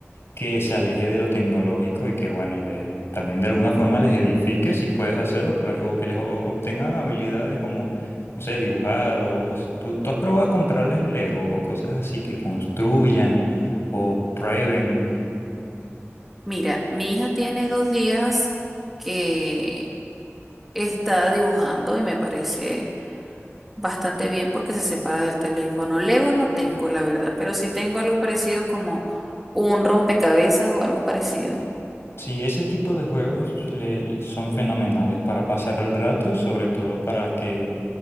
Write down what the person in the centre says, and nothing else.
mira, mi hija tiene dos días que está dibujando y me parece bastante bien porque se separa del teléfono. Legos no tengo, la verdad, pero sí tengo algo parecido como un rompecabezas o algo parecido.